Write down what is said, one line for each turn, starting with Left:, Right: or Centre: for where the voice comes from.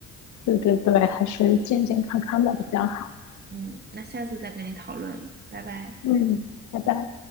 Left: 对对对，还是健健康康的比较好。
Right: 嗯，那下次再跟你讨论，拜拜。
Left: 嗯，拜拜。